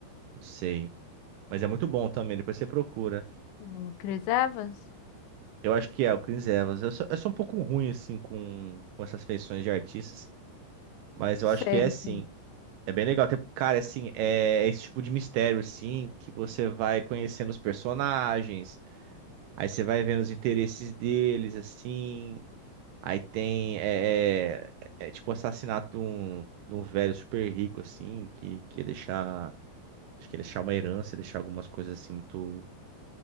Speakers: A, on the right; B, on the left.
A: Não sei. Mas é muito bom também, depois você procura.
B: O Chris Evans?
A: Eu acho que é o Chris Evans. Eu sou, eu sou um pouco ruim, assim, com, com essas feições de artistas, mas eu
B: Sei.
A: acho que é sim.
B: sim.
A: É bem legal. Tem- Cara, assim, é esse tipo de mistério, assim, que você vai conhecendo os personagens. Aí você vai vendo os interesses deles, assim. Aí tem, é, é- é tipo o assassinato de um, de um velho super rico, assim, que, que ia deixar, acho que ia deixar uma herança, ia deixar algumas coisas, assim, muito,